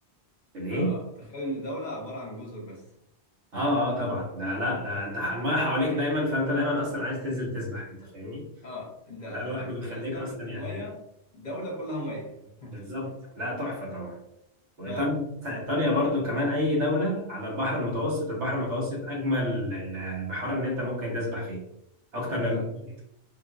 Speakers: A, on the right; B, on the left.
A: الايه؟
B: اه تخيل ان دوله عباره عن جزر بس
A: اه اه طبعا ده لا ده انت ح- المايه حواليك دايما فانت دايما اصلا عايز تنزل تسبح انت فاهمني؟
B: اه انت أنت
A: فده لوحده بيخليك
B: اصلا
A: اصلا
B: الميه
A: يعني
B: دوله كلها ميه <laughs>
A: بالظبط لا تحفة طبعا وايطاليا
B: ف
A: ايطاليا برضو كمان اي دولة على البحر المتوسط البحر المتوسط اجمل ال- البحار اللي انت ممكن تسبح فيه اكتر
B: فعلا
A: من المحيط.